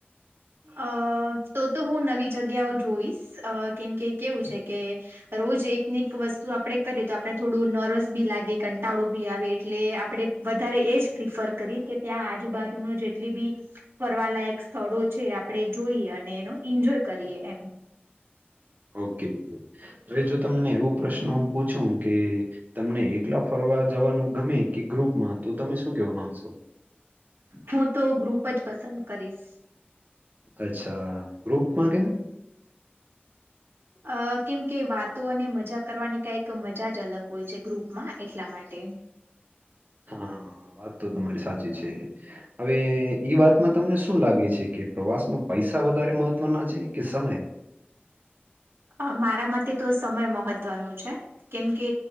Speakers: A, on the right; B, on the right.
A: અ તો તો હું નવી જગ્યાઓ જોઈશ અ કેમકે કેવું છે કે. રોજ એકને એક વસ્તુ આપણે કરીએ તો આપણે થોડું નર્વસ બી લાગે કંટાળો બી આવે એટલે આપણે. વધારે એજ પ્રિફર કરી કે ત્યાં આજુબાજુ ન જેટલી બી ફરવાલાયક. સ્થળો છે આપણેે જોઈએ અને એનો એન્જોય કરીએ એમ.
B: ઓકે હવે જો તમને એવો પ્રશ્ન હું પૂછું કે તમને એકલા ફરવા જવાનું ગમે કે ગ્રુપમાં તો તમે શું કેવા માંગશો
A: હું તો ગ્રુપ જ પસંદ કરીશ
B: અચ્છા ગ્રુપમાં કેમ
A: અ કેમ કે વાતો અને મજા કરવાની કઈક મજા જ અલગ હોય છે ગ્રુપમાં એટલા માટે
B: હા વાત તો તમારી સાચી છે. હવે વાતમાં તમને શું લાગે છે કે પ્રવાસમાં પૈસા વધારે મહત્વના છે કે સમય
A: અ મારા માટે તો સમય મહત્વનું છે કેમકે